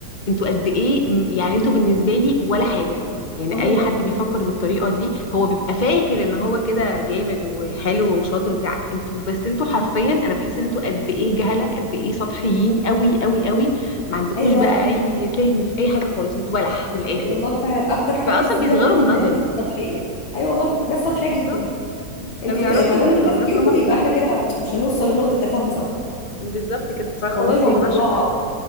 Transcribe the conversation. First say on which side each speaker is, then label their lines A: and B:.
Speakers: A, on the left; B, on the left.
A: انتوا قد ايه م- يعني انتوا بالنسبه لي ولا حاجه يعني
B: اه والله
A: اي حد بيفكر
B: بجد.
A: بالطريقه دي هو بيبقى فاكر ان هو كده جامد وحلو وشاطر وبتاع انتوا بس انتوا حرفيا انا بحس ان انتوا قد ايه جهله قد ايه سطحيين قوي قوي قوي ما عندكوش
B: ايوه
A: بقى اي فهم في اي حاجه خالص انتوا بلح
B: بجد
A: من الاخر
B: والله
A: يعني
B: فعلا اكتر حاجه
A: فاصلا
B: تحسي
A: بيصغروا
B: بيها ان
A: من
B: الناس
A: نظري
B: دي سطحيه ايوه والله
A: مم،
B: ناس سطحيه جدا
A: بالظبط مم. لو
B: انتوا
A: يعرفوا
B: ت- ما دام
A: لو
B: ده تفكيركم
A: يعرفوا اللي هما بيعملوه
B: يبقى احنا كده مش هنوصل لنقطه تفاهم سوا
A: بالظبط كده فخلاص
B: والله هو
A: يا
B: موضوع
A: جماعه شكرا